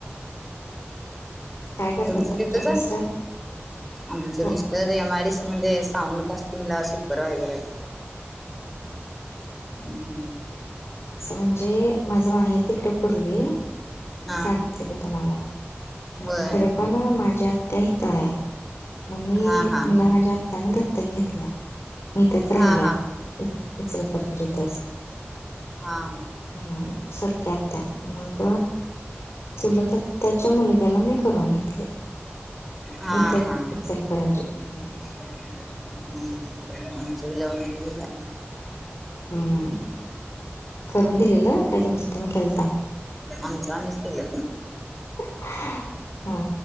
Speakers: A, on the left (about 85°); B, in the centre.
A: काय करतात
B: तुमचं
A: तुमचे
B: तिथंच हाय.
A: मिस्टर
B: आमचं
A: हो
B: mister M I D C मध्ये साऊंड कास्टिंग ला सुपरवायझर आहेत.
A: हां हां
B: हम्म.
A: असं म्हणजे, माझं माहेर तिकड कुरले, सांग
B: हा
A: सांगितलं की तुम्हाला,
B: होय
A: मग खरं पण, माझ्या आत्या इथं हाय. मग मी,
B: हा हा
A: मला माझ्या आत्यानं दत्तक घेतल्या. हीतच राहिल्या,
B: हा हा
A: इचलकरंजीतच.
B: हां.
A: ह्म्म, सख्खी आत्या, मग चुलत आत्याच्या मुलग्याला मी करून घेतले
B: हां
A: इथं
B: हां. <inaudible>
A: इचलकरंजी हम्म.
B: आमचं बी लव मॅरेजचच हाय.
A: हम्म.
B: <inaudible>
A: करून दिलेलं काय तुमचं तुम्ही केलता
B: आमचं आम्हीच केलं.
A: हां,